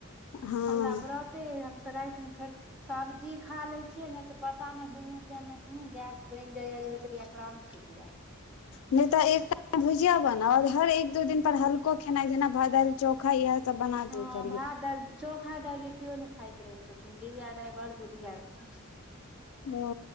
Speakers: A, on the left; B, in the centre.
A: हँ
B: हमरा बरते हमसब रातिमे फेर सब्जी खा ले छियै ने से पता नहि दुनू टाइम मे एहन गैस बनि जाया जे होइत रहियै प्रान <unintelligible>
A: नहि तऽ एक टैम भुजिया बनाउ और हर एक दू दिन पर हल्को खेनाइ जेना भात दालि चौक खइहत सब बना
B: ह
A: देल करियौ
B: भात दायल चोखा दााय गे केओ नऽ खाइत रहै छथिन दिव्य दााय बड़ बुधियार छथिन।
A: ओ